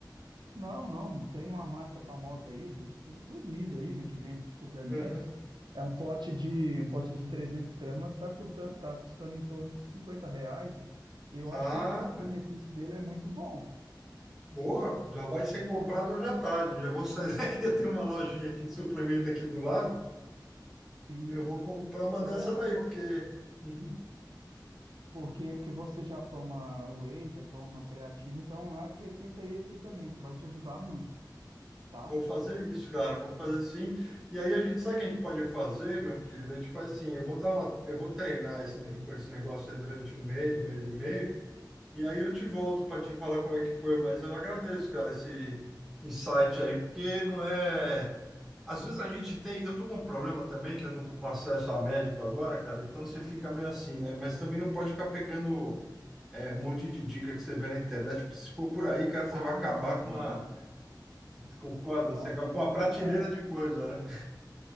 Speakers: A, on the right; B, in the centre.
A: Não, não, tem uma marca famosa aí do, do- dos líder aí, né, que vende suplementos.
B: Uhum.
A: É um pote de um pote de 300 gramas está custando, tá custando em torno de 50 reais e eu
B: Ah,
A: acho que o custo-benefício dele é muito bom,
B: boa, já vai ser comprado hoje
A: tá?
B: à tarde, já vou sair <laughs> daqui, eu tenho
A: É,
B: uma lojinha aqui de suplemento aqui do lado,
A: Isso.
B: Eu vou comprar uma
A: É,
B: dessa
A: a-
B: daí,
A: po-
B: porque uhum,
A: por quê? Porque você já toma whey, já toma creatina, então acrescenta esse aí também, que vai te ajudar muito, tá?
B: vou fazer isso, cara. Vou fazer sim. E aí a gente sabe o que a gente pode fazer, meu querido? A gente faz assim, eu vou dar uma, eu vou treinar esse, ne- com esse negócio aí durante um mês, mês e meio, e aí eu te volto para te falar como é que foi, mas eu agradeço, cara, esse insight aí, porque não é. Às vezes a gente tem, eu tô com um problema também, que eu não tô com acesso a médico agora, cara, então você fica meio assim, né? Mas também não pode ficar pegando. É, um monte de dica que você vê na internet, porque se for por aí, cara, você
A: Ah,
B: vai acabar
A: não,
B: com
A: não,
B: a, concorda?
A: não.
B: Você acaba
A: Isso
B: com uma
A: aí,
B: prateleira
A: cara,
B: de coisa, né?